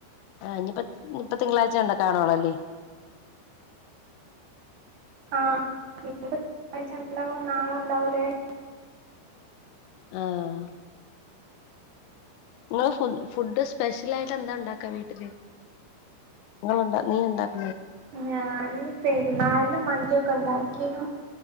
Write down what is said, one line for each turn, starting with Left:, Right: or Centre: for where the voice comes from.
Left: ആഹ് ഇനി ഇപ്പൊ തിങ്കളാഴ്ച കണ്ട കാണോളല്ലേ
Right: ആഹ ഇനി ഇപ്പോ തിങ്കളാഴ്ച ഉണ്ടാവുള്ളു നാളെ ഉണ്ടാവില്ലയിരിക്കും
Left: ആഹ നിങ്ങള് ഫുഡ് ഫുഡ്‌ സ്പെഷ്യൽ ആയിട്ട് എന്താ ഉണ്ടാക്കാ വീട്ടില് നിങ്ങള് ഉണ്ടക്ക് നീ ഉണ്ടാകുവോ
Right: ഞാൻ പെരുന്നാളിന് മന്തിയൊക്കെ ഉണ്ടാക്കിനു